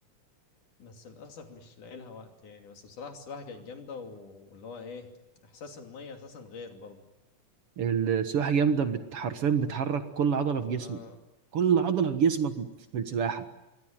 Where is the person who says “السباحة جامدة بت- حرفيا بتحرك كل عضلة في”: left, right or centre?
Right